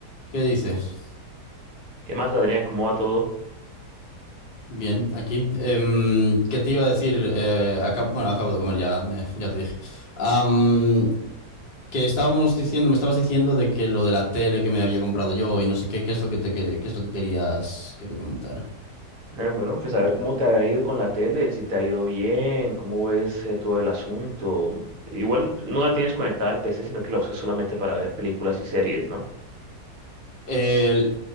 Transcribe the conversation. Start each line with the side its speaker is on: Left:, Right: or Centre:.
Left: ¿Qué dices?
Right: ¿Qué más, Adrián? ¿Cómo va todo?
Left: Bien, aquí. Em, ¿qué te iba a decir? Eh, acab- bueno, acabo de comer, ya, me- ya te dije. Am, que estábamos diciendo, me estabas diciendo de que lo de la tele que me había comprado yo y no sé qué, qué es lo que te quer- qué es lo que querías que te comentara.
Right: Eh, bueno, pues a ver cómo te ha ido con la tele, si te ha ido bien, cómo ves eh, todo el asunto. Igual no la tienes conectada al PC, sino que la usas solamente para ver películas y series, ¿no?
Left: El-